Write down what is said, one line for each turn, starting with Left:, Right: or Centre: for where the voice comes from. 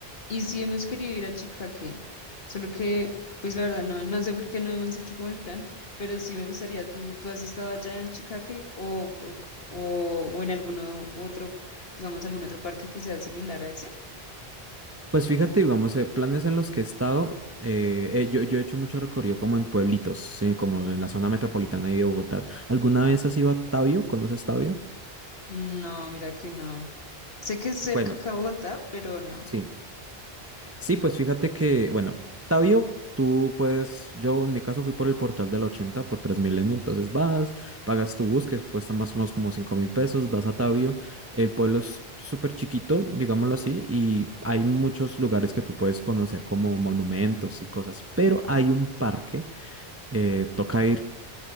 Left: Y sí hemos querido ir a Chicaque, solo que, pues la verdad, no, no sé por qué no hemos hecho como el plan, pero sí me gustaría, ¿tú, tú has estado allá en Chicaque o, o, o- o en alguno otro, digamos, algún otro parque que sea similar a ese?
Right: Pues fíjate, digamos, eh, planes en los que he estado, eh, eh, yo, yo he hecho mucho recorrido como en pueblitos, eh, como en la zona metropolitana ahí de Bogotá. ¿Alguna vez has ido a Tabio? ¿Conoces Tabio?
Left: No, mira que no. Sé que es cerca
Right: Bueno,
Left: acá a Bogotá, pero no.
Right: sí. Sí, pues fíjate que, bueno, Tabio, tú pues, yo en mi caso fui por el portal del 80 por Transmilenio, entonces vas, pagas tu bus, que cuesta más o menos como 5 mil pesos, vas a Tabio, el pueblo es súper chiquito, digámoslo así, y hay muchos lugares que tú puedes conocer como monumentos y cosas, pero hay un parque eh, toca ir